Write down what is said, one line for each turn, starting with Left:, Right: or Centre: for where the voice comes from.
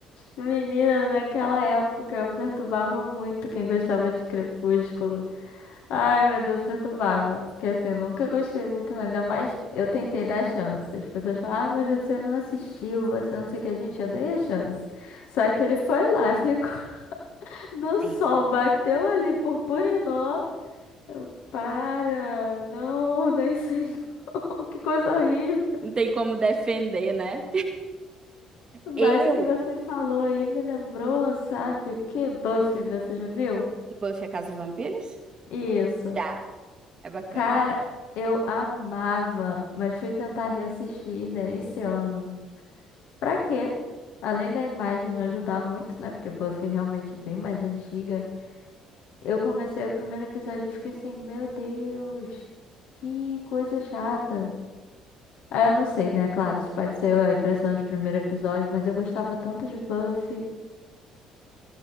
Left: Menina, naquela época eu perturbava muito quem gostava de Crepúsculo. Ai, meu Deus, perturbava. Porque assim, eu nunca gostei muito, não. Ainda mais eu tentei dar chance. As pessoas falam, ah, mas você não assistiu, você não sei o que. Gente, eu dei a chance. Só que ele foi lá, ficou <laughs> no sol,
Right: É.
Left: bateu ali, purpurinou. Eu, para, não, <laughs> nem sei não. <laughs> Que coisa horrível.
Right: Não tem como defender, né?
Left: Mas
Right: Eu,
Left: o que você falou aí me lembrou, sabe o que? Buffy, você já viu?
Right: Buffy a Casa dos Vampiros?
Left: Isso.
Right: Já, é bacana.
Left: Cara, eu amava, mas fui tentar reassistir, né, esse ano. Pra quê? Além da imagem não ajudar muito, né? Porque Buffy é realmente bem mais antiga. Eu comecei o primeiro episódio e fiquei assim, meu Deus, que coisa chata. Ah, eu não sei, né? Claro, isso pode ser a impressão de primeiro episódio, mas eu gostava tanto de Buffy.